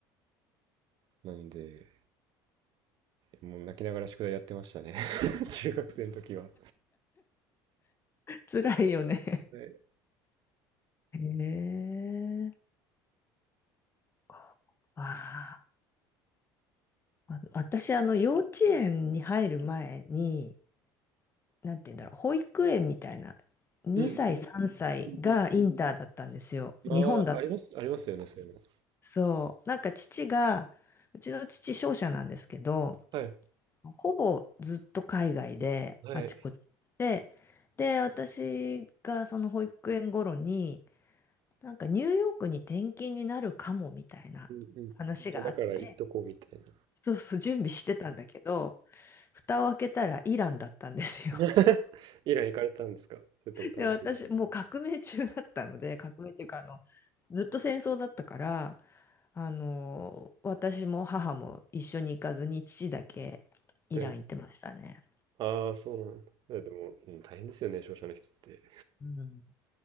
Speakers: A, on the right; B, on the left.
A: なんで、もう泣きながら宿題やってましたね。<laughs> 中学生の時は。
B: 辛いよね。
A: はい
B: へえ。ああ。あの私、あの、幼稚園に入る前に、なんて言うんだろう、保育園みたいな、2歳、
A: うんうん
B: 3歳がインターだったんですよ。
A: うんうん。
B: 日本だった。
A: ああ、あります、ありますよね、そういうの。
B: そう。なんか父が、うちの父商社なんですけど、
A: はい、
B: ほぼずっと海外で、
A: はい。
B: あちこちで、で、私がその保育園頃に、なんかニューヨークに転勤になるかもみたいな話があって、
A: うんうん。だから言っとこうみたいな。
B: そうそう、準備してたんだけど、蓋を開けたらイランだったんですよ。
A: <laughs> イラン行かれたんですか？<laughs> それとも単身で。
B: で、私、もう革命中だったので、革命っていうか、あの、ずっと戦争だったから、あの、私も母も一緒に行かずに、父だけイラン行ってましたね。
A: ええ。ああ、そうなんだ。いや、でも、うん、大変ですよね、商社の人って。
B: うん。